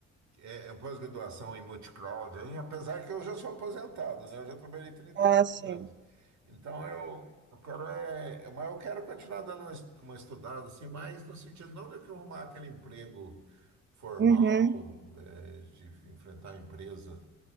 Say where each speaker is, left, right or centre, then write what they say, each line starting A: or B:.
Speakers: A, on the right; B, on the right.
A: é, é pós-graduação em multicloud, hein? apesar que eu já sou aposentado, né? Eu já trabalhei trinta
B: Ah,
A: e cinco
B: sim.
A: anos. Então eu, eu quero é, mas eu quero continuar dando uma es- uma estudada assim, mais no sentido não de que eu arrumar aquele emprego formal,
B: Uhum.
A: é, de enfrentar a empresa